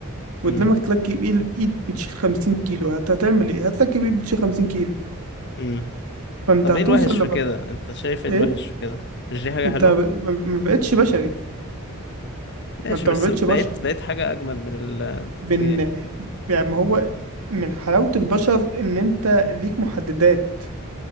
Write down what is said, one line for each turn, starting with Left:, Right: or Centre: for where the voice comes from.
Right: وقدامك
Left: مم.
Right: تركب ايد ايد بتشيل خمسين كيلو هت... هتعمل ايه؟ هتركب ايد بتشيل خمسين كيلو
Left: مم.
Right: فانت
Left: طب
Right: هتوصل
Left: ايه الوحش
Right: لما
Left: في كده انت شايف ايه
Right: ايه؟
Left: الوحش في كده مش دي حاجة
Right: انت
Left: حلوة
Right: ب... ما ما بقتش بشري
Left: ماشي
Right: ما انت
Left: بس
Right: ما بقتش
Left: بقيت
Right: بشر
Left: بقيت حاجة أجمد من الطبيعي
Right: بن يعني ما هو من حلاوة البشر ان انت ليك محددات